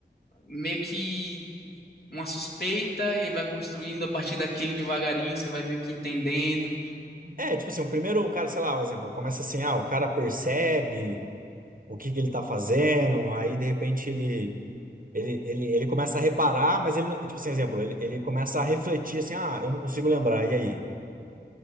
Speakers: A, on the left; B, on the right.
A: meio que uma suspeita e aí vai construindo a partir daquele devagarinho, você vai meio que entendendo.
B: É, tipo assim, o primeiro, o cara, sei lá, um exemplo, começa assim, ah, o cara percebe o que que ele tá fazendo, aí de repente ele, ele, ele, ele começa a reparar, mas ele, não- tipo assim, exemplo, ele, ele começa a refletir assim, ah, eu não consigo lembrar, e aí?